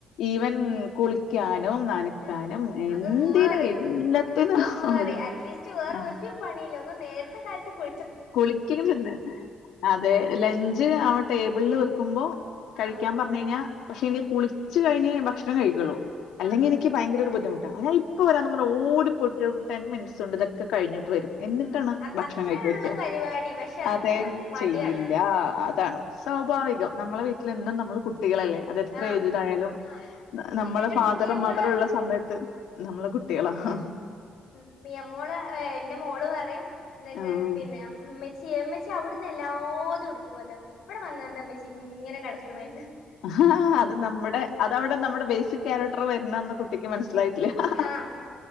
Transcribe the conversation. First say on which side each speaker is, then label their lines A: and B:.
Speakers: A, on the left (about 85°); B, on the left (about 60°).
A: ഈവൻ കുളിക്ക <unintelligible> നനക്കാനും
B: ആഹ്
A: എന്തിന
B: അത് ഉമ്മ പറയും
A: എല്ലത്തിനും
B: എന്റെ ഉമ്മ പറയും
A: ഒരു
B: അറ്റ്ലീസ്റ്റ് വേറെ
A: ആ
B: ഒരു പണിയില്ല നേരത്തെ കാലത്തു കു
A: കുളിക്കല് തന്നെ അതെ ലഞ്ച് അവ ടേ ബിളില് വെയ്ക്കുമ്പോൾ കഴിക്കാൻ
B: ആഹ്
A: പറഞ്ഞു കഴിഞ്ഞാൽ പക്ഷെ എനിക്ക് കുളിച്ച് കഴിഞ്ഞ് ഭക്ഷണം കഴിക്കുള്ളൂ അല്ലെങ്കിൽ
B: ആഹ്
A: എനിക്ക് ഭയങ്കര ഒരു ബുദ്ധിമുട്ടാ ഞൻ ഇപ്പ വരാന് പറഞ്ഞു ഓടി പുട്ട് ടെൻ മിനിറ്റ്സ് ഉണ്ട് ഇതൊക്കെ കഴിഞ്ഞ്ട്ട് വരും എന്നിട്ടാണ്
B: ഉം
A: ഭക്ഷണം
B: അത്രേ
A: കഴിക്കാൻ
B: ഉള്ളൂ
A: ഇരിക്ക
B: പരിപാടി പക്ഷെ അതിനൊരു
A: അതേ
B: മടിയാണ്
A: ചെയ്യില്ലാ അതാണ് സ്വാഭാവികം നമ്മളെ വീട്ടിലെന്നും നമ്മള് കുട്ടികളല്ലേ അതെത്ര
B: ആഹ്
A: ഏജിഡ് ആയാലും
B: ആഹ് വീട്ട്
A: നമ്മളെ
B: ഇങ്ങട്ട്
A: ഫാദറും
B: നിയമങ്ങള്
A: മദറുംള്ള
B: പറയും
A: സമയത്ത് നമ്മള് കുട്ടികളാ ആഹ് ആ
B: ഉം മിയമോള് എന്റെ മോള് പറയും എന്നിട്ട്
A: ആഹ്.
B: പിന്നെ ഉമ്മി ച്ചി അവിടുന്ന് എല്ലാതും എടുക്കുവല്ലോ ഇവിടെ വന്ന എന്താ ഉമ്മച്ചി ഇങ്ങനെ കിട കിണേന്ന്
A: അഹ ഹാ ആ ഹ് ആ അത് നമ്മുടെ അതവിടെ നമ്മുടെ ബേസിക് ക്യാരക്ടർ വരണാന്ന് കുട്ടിക്ക് മനസ്സിലായിട്ടില്യാ ആ
B: ആഹ്